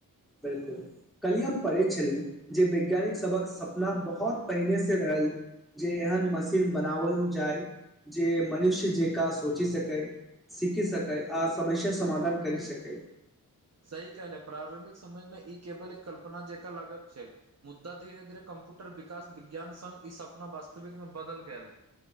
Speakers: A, in the centre; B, on the right (about 45°).
A: बिलकुल कल्हि हम पढ़ै छलहुँ जे वैज्ञानिक सभक सपना बहुत पहिने से रहल जे एहन मशीन बनावल जाय जे मनुष्य जेका सोचि सकै सीखी सकै आ समस्या समाधान कर सकै
B: सही कहल है प्रारम्भिक समय मे ई केवल एक कल्पना जकाँ लागत छल मुद्दा धीरे धीरे कम्प्यूटर विकास विज्ञान संग ई सपना वास्तविकमे बदल गेल